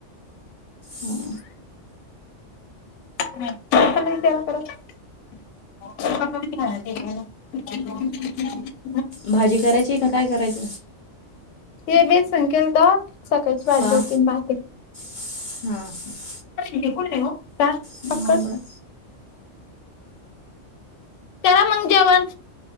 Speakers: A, on the left; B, on the left.
A: हा
B: विच कर <unintelligible>
A: भाजी करायची का काय करायच?
B: हे बे संकेल तर सकाळची भाजी
A: का
B: होती माती
A: <unintelligible>
B: काय
A: बरं
B: फक्कड करा मग जेवण